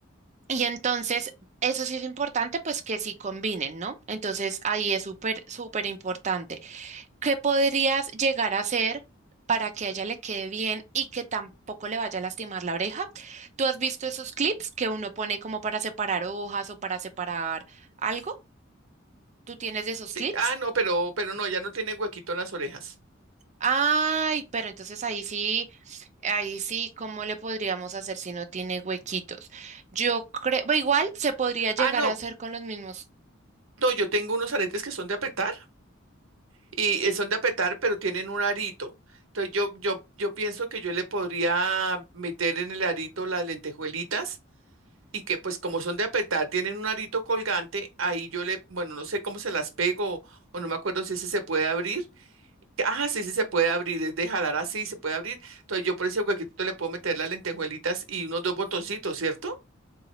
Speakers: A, on the right (about 35°); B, on the right (about 80°).
A: Y entonces, eso sí es importante, pues que sí combinen, ¿no? Entonces, ahí es súper, súper importante. ¿Qué podrías llegar a hacer para que a ella le quede bien y que tampoco le vaya a lastimar la oreja? ¿Tú has visto esos clips que uno pone como para separar hojas o para separar algo? ¿Tú tienes de esos
B: sí.
A: clips?
B: Ah, no, pero, pero no, ya no tiene huequito en las orejas.
A: Ay, pero entonces ahí sí, ahí sí, ¿cómo le podríamos hacer si no tiene huequitos? Yo creo, igual se podría llegar
B: Ah, no,
A: a hacer con los mismos
B: No, yo tengo unos aretes que son de apretar y eh, son de apretar, pero tienen un arito. Entonces yo, yo, yo pienso que yo le podría meter en el arito las lentejuelitas y que pues como son de apretar, tienen un arito colgante, ahí yo le, bueno, no sé cómo se las pego o no me acuerdo si ese se puede abrir, Ah, sí, sí, se puede abrir, es de jalar así, se puede abrir. Entonces yo por ese huequito le puedo meter las lentejuelitas y unos dos botoncitos, ¿cierto?